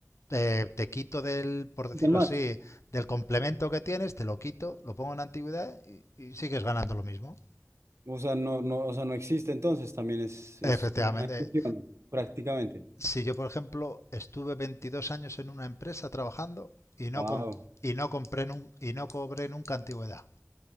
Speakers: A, on the left (about 80°); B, on the right (about 75°).
A: eh, te quito del, por decirlo
B: ¿quién más?
A: así, del complemento que tienes, te lo quito, lo pongo en antigüedad y, y sigues ganando lo mismo.
B: O sea, no, no, o sea, no existe entonces, también es,
A: Efectivamente.
B: es una exclusión, prácticamente.
A: Si yo, por ejemplo, estuve 22 años en una empresa trabajando y no,
B: Wow.
A: com- y no, compré nun- y no cobré nunca antigüedad.